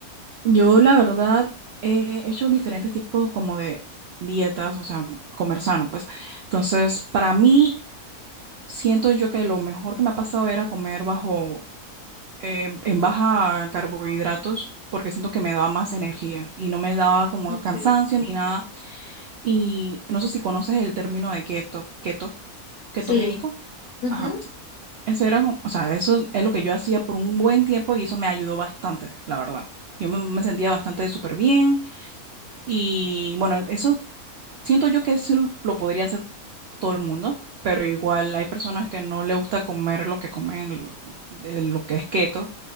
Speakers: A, on the right (about 70°); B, on the left (about 85°).
A: Yo, la verdad, he hecho diferentes tipos como de dietas, o sea, comer sano, pues. Entonces, para mí siento yo que lo mejor que me ha pasado era comer bajo, eh, en baja carbohidratos, porque siento que me daba más energía y no me daba como
B: Okay.
A: cansancio ni nada. Y no sé si conoces el término de keto, keto, ketogénico.
B: Sí, ujú,
A: Ajá, sí. Eso era, como- o sea, eso es lo que yo hacía por un buen tiempo y eso me ayudó bastante, la verdad. Yo me, me sentía bastante súper bien y bueno, eso Siento yo que sí lo podría hacer todo el mundo, pero igual hay personas que no le gusta comer lo que comen, eh, lo que es keto,